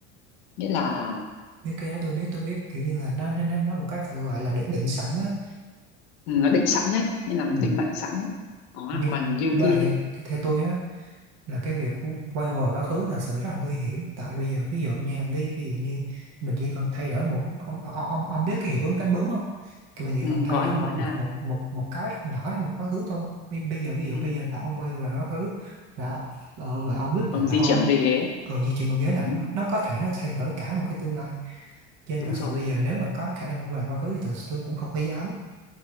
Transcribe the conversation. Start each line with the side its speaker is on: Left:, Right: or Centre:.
Left: nghĩa là
Right: biết cái đó tôi biết tôi biết kiểu như là nó nó nó nó một cái phải gọi là được định sẵn á
Left: ừ, nó định sẵn đấy nghĩa là
Right: ừ.
Left: định mệnh sẵn đấy đó
Right: nhưng
Left: còn như
Right: mà
Left: cái
Right: theo, theo, theo tôi á là cái việc quay về quá khứ là sự rất là nguy hiểm tại bây giờ ví dụ nha ví, ví dụ như mình chỉ cần thay đổi một ông ông ông, ông biết cái hiệu ứng cánh bướm không thì mình chỉ
Left: ừ,
Right: cần thay
Left: có
Right: đổi
Left: thì
Right: một
Left: có nha
Right: một một một một cái rất nhỏ trong quá khứ thôi bây, bây giờ ví dụ
Left: ừ,
Right: bây giờ là ông quay về quá khứ và ờ, và ông quyết
Left: ông
Right: định là
Left: di
Right: hôm
Left: chuyển một cái ghế
Right: ở di chuyển một ghế là
Left: ừ,
Right: nó, nó có thể nó thay đổi cả một cái tương lai cho nên
Left: đúng
Right: thật
Left: rồi
Right: sự bây giờ nếu mà có khả năng quay lại quá khứ thì thật sự tôi cũng không có dám